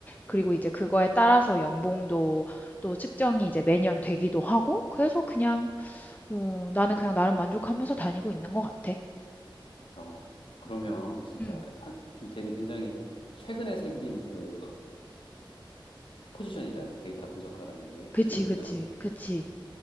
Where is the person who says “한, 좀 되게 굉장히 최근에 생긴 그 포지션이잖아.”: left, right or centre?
Left